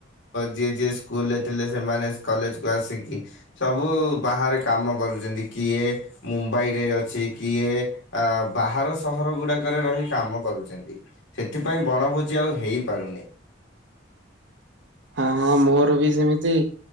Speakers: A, on the left; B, on the right.
A: ଯିଏଯିଏ ସ୍କୁଲରେ ଥିଲେ ସେମାନେ କଲେଜ କୁ ଆସିକି ସବୁ ବାହାରେ କାମ କରୁଛନ୍ତି କିଏ ମୁମ୍ବାଇରେ ଅଛି କିଏ ଅ ବାହାର ସହର ଗୁଡାକରେ ରହି କାମ କରୁଛନ୍ତି। ସେଥିପାଇଁ ବଣଭୋଜି ଆଉ ହେଇପାରୁନି।
B: ହଁ ହଁ ମୋର ବି ସେମିତି।